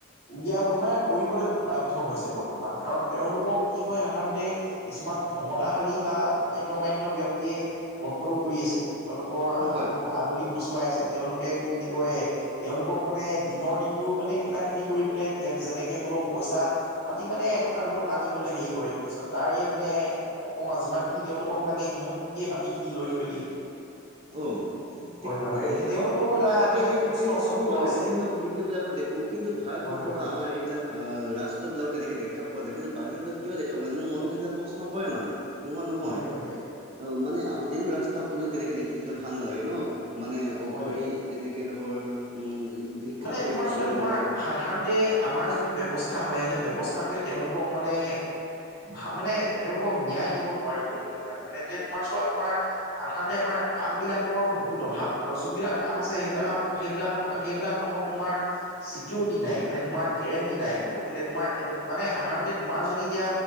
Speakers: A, on the left; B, on the right.
A: উলিয়াব মানে কৰিবলৈ বাধ্য হৈছে বৰ্তমান। কাৰণ তেওঁলোকক কি হয় সাধাৰণতে কিছুমান ক্ষমতাশালী বা ধন্য মান্য ব্যক্তিয়ে কণ্ট্ৰল কৰি আছে। তেওঁলোকৰ হাতত
B: হয়
A: আঙুলিত নচুৱাই আছে। তেওঁলোকে কি বুলি কয় তেওঁলোকক মানে দিনৰ দিনটো মানে, কিবা কিবি কৰি মানে যেনেকে হলেও পইচা পাতি মানে এটকা দুটকা আনিবলৈ হেৰি কৰে। তাৰপিছত তাৰে মানে অকমান যিমানখিনি তেওঁলোকক লাগে, সিমানখিনি দিয়ে বাকীখিনি লৈ থৈ দিয়ে।
B: অ
A: হয়
B: ঠিক
A: হয় হয়
B: এ
A: সেই তেওঁলোকৰো
B: অ
A: এটা
B: মই তাকে
A: মানে
B: সেই কথাখিনি
A: দুষ্ট
B: মই
A: চক্ৰ
B: ভাবো মানে
A: আছে
B: বিভিন্ন ভিডিঅ' বিলাকত দেখো। কিন্তু ভাৰতবৰ্ষ
A: হয় হয়
B: বা
A: হয়
B: আমাৰ এইবিলাক অহ ৰাষ্ট্ৰ বিলাকত তেনেকে দেখা পোৱা যায়, কিন্তু বাহিৰৰ বিলাক কিয় দেখা পোৱা যায় মোৰ মনত সেবিলাক প্ৰশ্ন হয় মানে। নোহোৱা নহয়।
A: হয় হয় হয়
B: অ মানে যেন ৰাস্তা পদূলি তেনেকে দেখি থাকিলে ভাল নালাগে ন। মানে অঘৰি
A: হয়
B: তেনেকে ধৰ উম। ভিক্ষা
A: মানে
B: কৰি
A: তোমাৰ
B: খাব
A: চোৱা
B: লগীয়া
A: তোমাৰ
B: হয়
A: সাধাৰণতে আমাৰ যোনটো ব্যৱস্থা হয় সেই ব্যৱস্থাটোৱে তেওঁলোকক মানে ভা মানে তেওঁলোকক ন্যায় দিব নোৱাৰিলে সেইটো কাৰণে মানে এতিয়া তোমাৰ চোৱা তোমাৰ আ সাধাৰণতে আমাৰ কাম বিলাকৰ বহুত অভাৱ আৰু যোনবিলাক কাম আছে সেইবিলাকক সেইবিলাকক সেইবিলাক কামত তোমাৰ চিকিউৰিটি নাই মানে তোমাৰ গেৰেণ্টি নাই একো। এতিয়া তোমাৰ মানে সাধাৰণতে তোমাৰ যদি এতিয়া